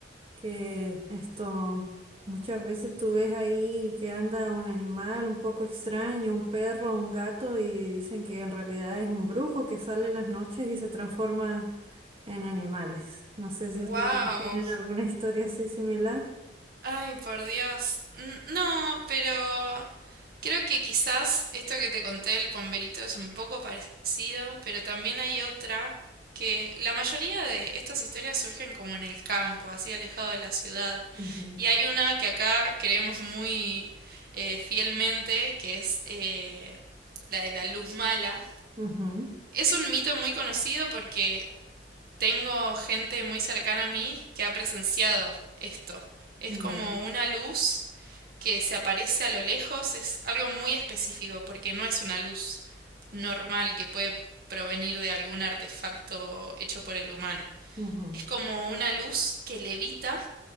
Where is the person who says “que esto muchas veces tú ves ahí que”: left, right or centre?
Right